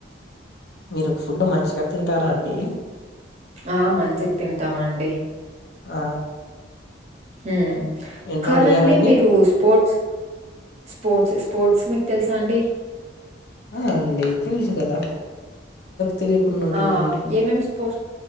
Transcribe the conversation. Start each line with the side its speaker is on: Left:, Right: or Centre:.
Left: మీరు ఫుడ్ మంచిగా తింటారా అండి
Right: ఆ మంచిగా తింటామండి
Left: ఆ
Right: హ
Left: ఏంటో
Right: కాదండి
Left: అడిగారండి
Right: మీరు స్పోర్ట్స్ స్పోర్ట్స్ స్పోర్ట్స్ మీకు తెలుసా అండి
Left: ఆ అండి తెలుసు కదా తెలియకుండా ఉంటుందండి
Right: ఆ ఏమం స్పో